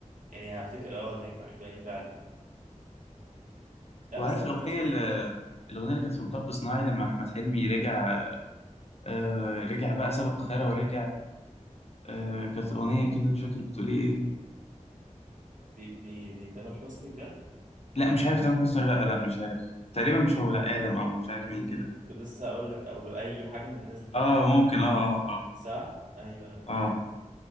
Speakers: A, on the right (about 80°); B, on the left (about 50°).
A: يعني هفتكر اه ان هي كانت عجباني فعلا لا
B: وعارف
A: بس تامر
B: الاغنيه
A: حسني
B: اللي
A: يعني
B: الاغنيه اللي كانت في مطب صناعي لما احمد حلمي رجع آه رجع بقى ساب القاهره ورجع آه كانت اغنيه كده مش فاكر بتقول ايه
A: دي دي دي تامر حسني بجد
B: لا مش عارف تامر حسني ولا لا لا مش عارف تقريبا مش هو لا ادم او مش عارف
A: امم
B: مين كده
A: كنت لسه هقول لك او له اي حاجه من الناس دي
B: اه ممكن اه اه
A: صح ايوه
B: اه, آه.